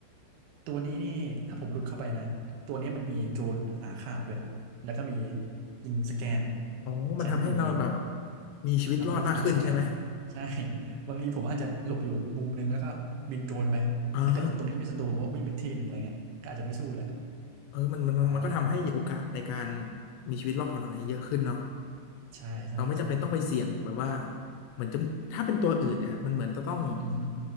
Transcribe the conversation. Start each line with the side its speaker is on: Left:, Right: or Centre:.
Right: ตัวนี้นี่ถ้าผมรุดเข้าไปนะตัวนี้มันมีโดรนหาข่าวด้วยแล้วก็มียิงสแกน
Left: อ๋อมันทำให้เราแบบ
Right: ใช้ธนูยิง
Left: มีชีวิตรอดมากขึ้นใช่ไหม
Right: รับรู้ข่าวสารใช่ <laughs> บางทีผมอาจจะหลบอยู่มุมนึงแล้วก็บินโดรนไปถ้าเกิดตรงนี้มีศัตรูผมก็วิ่งไปอีกที่หนึ่งอะไรเงี้ยก็อาจจะไม่สู้เลย
Left: อ่าเออมันมันมันก็ทำให้โอกาสในการ
Right: อ่า
Left: มีชีวิตรอดของเราเนี่ยเยอะขึ้นเนาะ
Right: ใช่ใช่ใช่ครับ
Left: เราไม่จำเป็นต้องไปเสี่ยงแบบว่าเหมือนจะถ้าเป็นตัวอื่นเนี่ยมันเหมือนจะต้อง
Right: อือฮึ